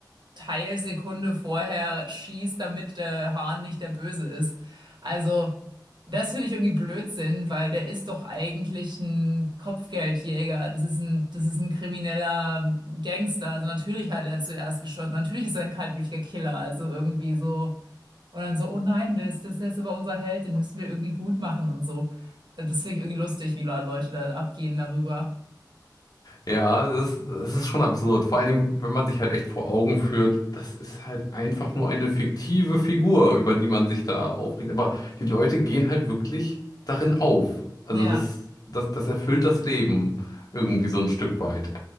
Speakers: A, on the right; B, on the left.
A: Teilsekunde vorher schießt, damit der Hahn nicht der Böse ist. Also, das finde ich irgendwie Blödsinn, weil der ist doch eigentlich ein Kopfgeldjäger. Das ist ein, das ist ein krimineller Gangster. Also natürlich hat er zuerst geschossen. Natürlich ist er ein kaltblütiger Killer. Also irgendwie so. Und dann so, oh nein, das, das ist jetzt aber unser Held, den müssen wir irgendwie gut machen und so. Das finde ich irgendwie lustig, wie Leute da abgehen darüber.
B: Ja, das ist, das ist schon absurd. Vor allen Dingen, wenn man sich halt echt vor Augen führt, das ist halt einfach nur eine fiktive Figur, über die man sich da aufregt. Aber die Leute gehen halt wirklich darin auf. Also
A: Ja,
B: das, das, das erfüllt das Leben irgendwie so ein Stück weit.